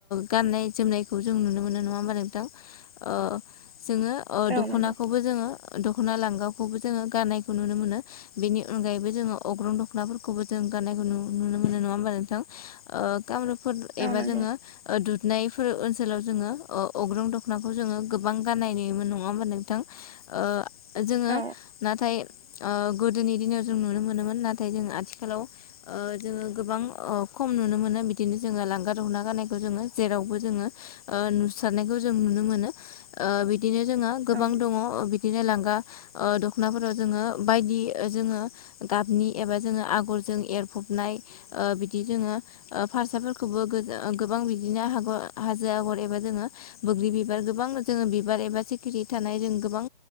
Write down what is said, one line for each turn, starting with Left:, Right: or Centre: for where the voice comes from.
Left: गाननाय जोमनायखौ जों नुनो मोनो नङा होमा नोंथां अ जोङो अ दख'नाखौबो
Right: औ नंगौ
Left: जोङो दख'ना लांगावखौबो जोङो गाननायखौ नुनो मोनो बेनि अनगायैबो जोङो अग्रं दख'नाफोरखौबो जों गाननायखौ नुनो मोनो नङा होमबा नोंथां। अ गामरुपफोर एबा
Right: औ नंगौ
Left: जोङो ओ दुधनायफोर ओनसोलाव जोङो अ अग्रुं दखनाखौ जोङो गोबां गाननाय नोयोमोन नङा होमबा नोंथां? अ जोङो
Right: औ
Left: नाथाय अ गोदोनि दिनाव जों नुनो मोनोमोन नाथाय जों आथिखालाव अ जोङो गोबां खम खम नुनो मोना बिदिनो जोङो लांगा दखना गाननाय खौ जोङो जेरावबो जोङो अ नुसारनायखौ जों नुनो मोनो अ बि बिदिनो जोङो गोबां
Right: औ
Left: दङ अ बि बिदिनो लांगा अ दख'नाफोराव जोङो बायदि जोङो गाबनि एबा जोङो आगर जों एरफबनाय अ बिदि जोङो अ फारसाफोरखौबो गोजों अ गोबां बिदिनो आगर हाजो आगर एबा जोङो बोग्रि बिबार गोबां जोङो बिबार एबा सिखिरि थार जों गोबां